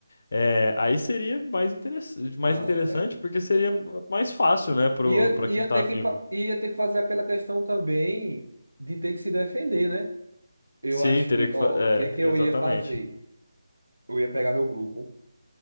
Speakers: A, on the left (about 45°); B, on the right (about 75°).
A: eh, aí seria mais interessante, mais
B: ah,
A: interessante,
B: é.
A: porque seria mais fácil, né, pro,
B: Ia,
A: pra
B: ia
A: quem tá
B: ter
A: vivo.
B: que, fa- ia ter que fazer aquela questão também de ter que se defender, né? Eu
A: Sim,
B: acho
A: teria
B: que,
A: que.
B: ó,
A: fa- É,
B: o que é que eu
A: exatamente.
B: ia fazer? Eu ia pegar meu grupo,